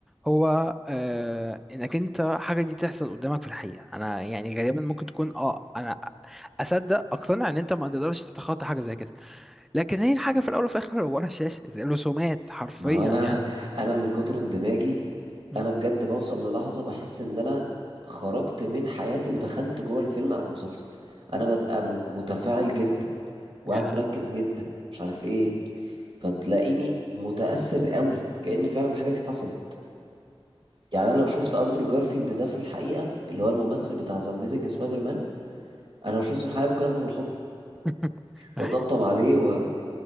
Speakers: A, in the centre; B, on the right.
A: هو أه انك انت حاجه دي تحصل قدامك في الحقيقه انا يعني غالبا ممكن تكون اه انا اصدق اقتنع ان انت ما تقدرش تتخطى حاجه زي كده لكن هي الحاجه في الاول وفي الاخر ورا الشاشه رسومات حرفيا
B: ما هو انا
A: يعني
B: <laughs> انا من كتر اندماجي
A: مم.
B: انا بجد بوصل للحظة بحس ان انا خرجت من حياتي ودخلت جوه الفيلم او المسلسل انا ببقى م- متفاعل جدا وقاعد
A: يا
B: مركز جدا مش عارف ايه فتلاقيني متأثر قوي كأن فعلا الحاجة دي حصلت يعني انا لو شفت اندرو جارفيلد ده في الحقيقة اللي هو الممثل بتاع ذا اميزنج سبايدر مان انا لو شفته في الحقيقه ممكن اخده بالحضن
A: <laughs>
B: واطبطب عليه و